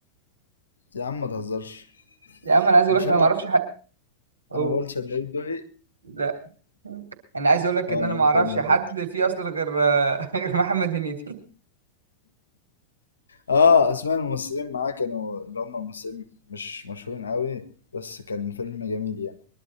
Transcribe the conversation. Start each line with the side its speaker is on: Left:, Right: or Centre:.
Left: يا عم ما تهزرش
Right: <laughs> يا عم انا عايز اقول
Left: مش
Right: لك انا
Left: انا
Right: ما اعرفش حد أوه.
Left: انا ما قلتش ان دقي
Right: لا انا عايز اقول لك
Left: اه
Right: ان
Left: انا
Right: انا ما
Left: قلت
Right: اعرفش
Left: انا
Right: حد
Left: غلط
Right: فيه اصلا غير <laughs> غير محمد هنيدي
Left: اه اسماء الممثلين معاه كانوا اللي هم ممثلين مش مشهورين قوي بس كان فيلم جميل يعني